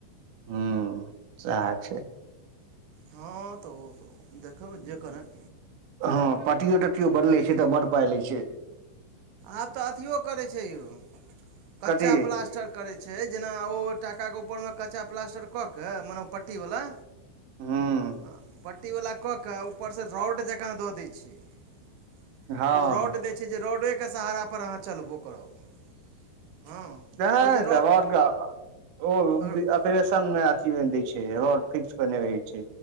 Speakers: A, on the right; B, on the right.
A: हूं, सैह छै।
B: हँ तऽ ओ तऽ देखू जे करैथ।
A: हँं पटियो-टटियो बदलै छै त बड पाइ लै छै।
B: आब तऽ अथियो करै छै यौ, कच्चा
A: कथी
B: प्लास्टर करै छै। जेना ओ टाकाके उपरमे कच्चा प्लास्टर कऽ के मने पट्टी वला
A: हूं
B: हं, पट्टीवला कऽ कऽ ऊपरसँ रौड जँकाँ दऽ दै छै। ओ
A: हँ
B: रोड दै छै जे रोडेके सहारापर अहाँ चलबो करब। हँ
A: नै
B: ओ जे
A: त
B: रॉड
A: रौड के <unintelligible>
B: ओ
A: परेशन मे अथी में दै छै, रोड फिक्स केने रहै छै।